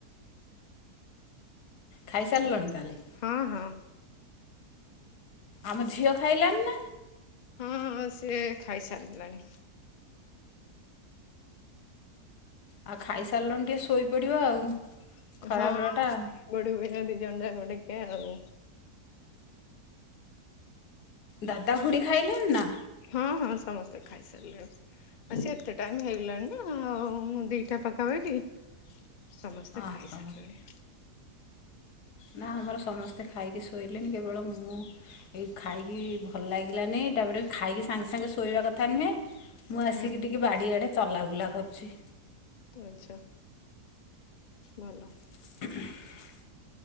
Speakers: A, on the left; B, on the left.
A: ଖାଇସାରିଲଣି
B: ସେ
A: ତାହଲେ।
B: ହଁ ହଁ।
A: ଆମ ଝିଅ ଖାଇଲାଣି ନା?
B: ହଁ ଆଁ ସିଏ ଖାଇସାରିଲାଣି।
A: ଆଉ ଖାଇସାରିଲଣି ଟିକେ ଶୋଇପଡିବ ଆଉ। ଖରାବେଳଟା
B: ହଁ
A: ଆଉ
B: ସୋଇପଡିବୁ ଏଇନା ଦି ଜଣ ଯାକ ଟିକେ ଆଉ।
A: ଦାଦା ଖୁଡି ଖାଇଲେଣି ନା?
B: ହଁ ହଁ ସମସ୍ତେ ଖାଇସାରିଲେ ଆଉ ସେ ଏତେ ଟାଇମ ହେଇଗଲାଣି ନା ଆଉ ମୁଁ ଦି ଦିଟା ପାଖା ପାଖି ସମସ୍ତେ
A: ଓହୋ
B: ଖାଇସାରିଲେଣି।
A: ନାଁ ଆମର ସମସ୍ତେ ଖାଇକି ଶୋଇଲେଣି କେବଳ ମୁଁ ଏଇ ଖାଇକି ଭଲ ଲାଗିଲାନି ତାପରେ ଖାଇକି ସାଙ୍ଗେ ସାଙ୍ଗେ ଶୋଇବା କଥା ନୁହେଁ। ମୁଁ ଆସିକି
B: ହୁଁ
A: ଟିକେ ବାଡିଆଡେ ଚଲା ବୁଲା କରୁଚି।
B: ଆଚ୍ଛା, ଭଲ।
A: <inaudible>